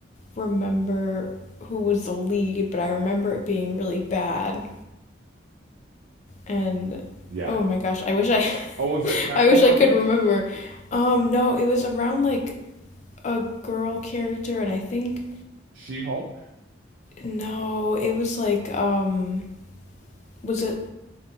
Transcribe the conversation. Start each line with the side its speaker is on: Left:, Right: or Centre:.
Left: remember who was the lead, but I remember it being really bad. And
Right: yeah.
Left: oh my gosh, I wish I
Right: Oh, was
Left: <laughs>
Right: it Captain
Left: I wish
Right: Marvel?
Left: I could remember. Um no, it was around like a girl character and I think
Right: She-Hulk?
Left: no, it was like um was it